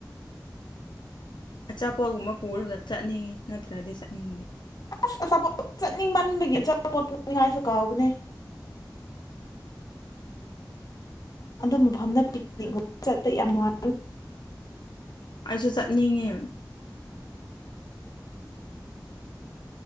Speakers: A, on the left; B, on the left.
A: ꯑꯆꯥꯄꯣꯠꯒꯨꯝꯕ ꯄꯨꯔꯒ ꯆꯠꯅꯤꯡꯉꯦ ꯅꯠꯇ꯭ꯔꯗꯤ ꯆꯠꯅꯤꯡꯗꯦ
B: ꯑꯁ ꯑꯆꯥꯄꯣꯠ ꯆꯠꯅꯤꯡ ꯃꯟꯕꯒꯤ ꯑꯆꯥꯄꯣꯠ ꯄꯣꯛꯅꯤꯡꯉꯥꯏꯁꯨ ꯀꯥꯎꯕꯅꯦ ꯑꯗꯨꯝ ꯃꯐꯝꯗ ꯄꯤꯛꯅꯤꯒꯨꯝꯕ ꯆꯠꯄ ꯌꯥꯝ ꯅꯨꯡꯉꯥꯏ
A: ꯑꯩꯁꯨ ꯆꯠꯅꯤꯡꯉꯦ